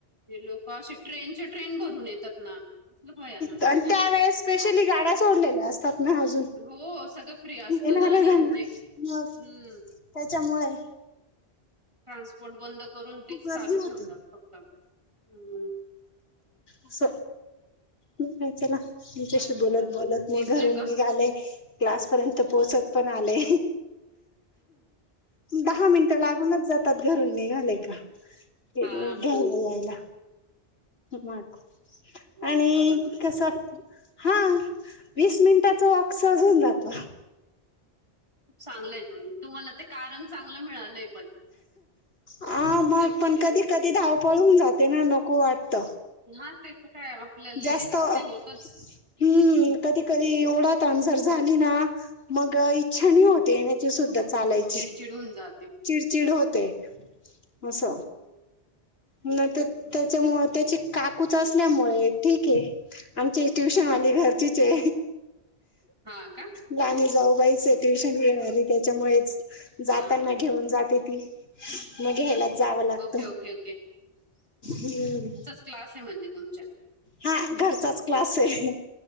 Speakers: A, on the right (about 25°); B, on the left (about 65°).
A: लोक असे ट्रेनच्या ट्रेन भरून येतात. ना असलं भयानक
B: त्यावेळेस स्पेशली गाड्या सोडलेल्या असतात ना. अजून,
A: हो सगळं फ्री असतं
B: येणारे
A: ना आणि
B: जाना
A: म्हणजे
B: मग,
A: हम्म
B: त्याच्यामुळे
A: ट्रान्सपोर्ट बंद करून,
B: खूप
A: तेच
B: गर्दी
A: चालू
B: होती
A: ठेवतात फक्त. हम्म.
B: अस. य त्याला तुच्याशी
A: काय म्हणता
B: बोलत
A: अजून
B: बोलत
A: पोहोचले
B: मी घरून
A: का
B: निघाले, क्लास पर्यंत पोहोचत पण आले. दहा मिनटं लागूनच जातात, घरून निघाले का. ते
A: हा
B: म घ्यायला यायला. मग आणि
A: वॉक झाला तुमचा
B: कस हा, वीस मिनिटाच वॉक सहज होउन जातो.
A: खूप चांगलंय, तुही तुम्हाला ते कारण चांगलं मिळालंय पण.
B: हा मग,
A: ऍक्च्युली
B: पण कधी कधी धावपळ होउन जाते ना, नको वाटत.
A: हा ते. काय आपल्या लेडीज
B: जास्त हम्म
A: ते होतच
B: कधी कधी ओढातान जर झाली ना. मग इच्छा नाही होत, येण्याची सुद्धा, चालायची.
A: चिडून जाते.
B: चिडचिड होते. अस,
A: हम्म,
B: नाही त त्याच्यामुळे
A: आता काय
B: त्याची काकूच असल्यामुळे ठीके, आमची ट्युशन वाली
A: हम्म.
B: घरचीचे.
A: हां का?
B: लहाणी जाऊ बाईचे
A: हं.
B: ट्युशन घेनारी, त्याच्यामुळे जाताना
A: हां, हां, हां.
B: घेऊन जाते ती. मग घ्यायलाच जावं लागत,
A: ओके, ओके, ओके.
B: हम्म.
A: क्लासे म्हणजे तुमच्या
B: हा, घरचाच क्लासे